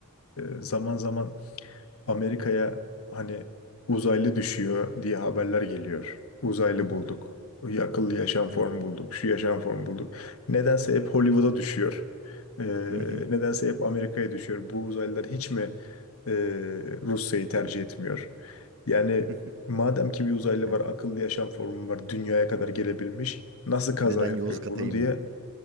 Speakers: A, on the left; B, on the right.
A: e, zaman zaman Amerika'ya hani uzaylı düşüyor diye haberler geliyor. Uzaylı
B: Hı hı,
A: bulduk. Akıllı yaşam
B: evet.
A: formu bulduk. Şu yaşam formu bulduk. Nedense hep Hollywood'a düşüyor. Ee,
B: Hı hı,
A: nedense hep Amerika'ya düşüyor. Bu uzaylılar hiç mi e, Rusya'yı tercih etmiyor? Yani
B: <laughs>
A: madem ki bir uzaylı
B: evet.
A: var, akıllı yaşam formu var, dünyaya kadar gelebilmiş, nasıl kaza
B: Neden
A: yapıyor
B: Yozgat'a
A: bunu
B: inmiyor?
A: diye